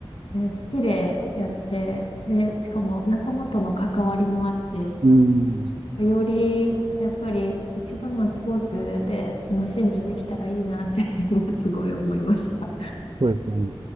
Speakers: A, on the left (about 85°); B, on the right (about 55°).
A: ね、好きでやって、で、しかも仲間との関わりもあって、
B: うん。
A: より、やっぱり一番はスポーツで楽しんでできたらいいなって今すごい思いました。
B: そうですよね。